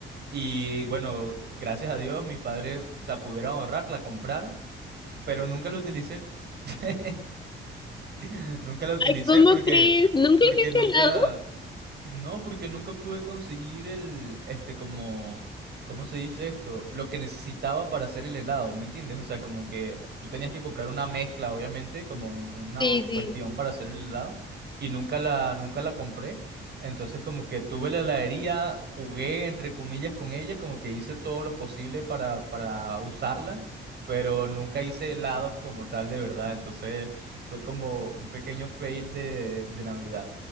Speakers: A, on the right; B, on the left.
A: Y bueno, gracias a Dios mis padres, o sea, pudieron ahorrar, la compraron, pero nunca lo utilicé. <laughs> <laughs> Nunca la utilicé
B: Ay, ¿cómo
A: porque,
B: crees? ¿Nunca
A: porque
B: hiciste
A: nunca,
B: helado?
A: no, porque nunca pude conseguir el, este, como, ¿cómo se dice esto? Lo que necesitaba para hacer el helado, ¿me entiendes? O sea, como que tú tenías que comprar una mezcla, obviamente, como un- una
B: Sí,
A: cuestión
B: sí.
A: para hacer el helado, y nunca la, nunca la compré. Entonces, como que tuve la heladería, jugué, entre comillas, con ella, como que hice todo lo posible para, para usarla, pero nunca hice helados como tal, de verdad, entonces... Fue como un pequeño fail de, de Navidad.